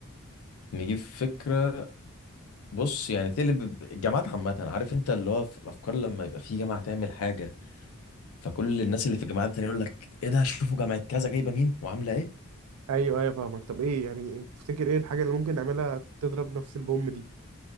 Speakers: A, on the left (about 80°); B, on the right (about 80°).
A: نجيب فكره بص يعني تقلب الجامعات عامه عارف انت اللي هو في الافكار لما يبقى في جامعه تعمل حاجه فكل الناس اللي في الجامعات التانيه يقول لك ايه ده شوفوا جامعه كذا جايبه مين وعامله ايه
B: ايوه ايوه فاهمك طب ايه يعني تفتكر ايه الحاجه اللي ممكن نعملها تضرب نفس البوم دي